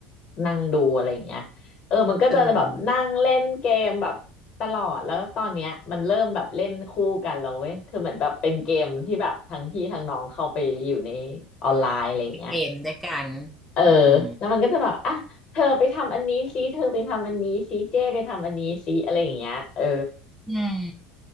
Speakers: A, on the left; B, in the centre.
A: นั่งดูอะไรอย่างเงี้ยเออมันก็จะแบบนั่งเล่นเกมแบบตลอดแล้วตอนเนี้ยมันเริ่มแบบเล่นคู่กันแล้วเว้ยคือเหมือนแบบเป็นเกมที่แบบทั้งพี่ทั้งน้องเข้าไปอยู่ใน
B: เออ
A: ออนไลน์อะไรอย่างเงี้ย
B: เกมด้วยกัน
A: เออ
B: อืม
A: แล้วมันก็จะแบบอ่ะเธอไปทำอันนี้ซิเธอไปทำอันนี้ซิเจ้ไปทำอันนี้ซิอะไรอย่างเงี้ยเออ
B: อืม